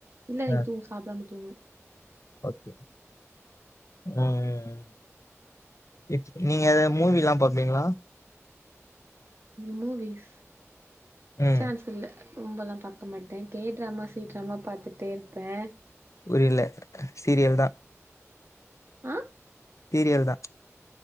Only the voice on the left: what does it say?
ஆ
ஓகே ம் இச் நீங்க மூவிலா பாப்பிங்களா
ம்
புரியல சீரியல் தா
சீரியல் தா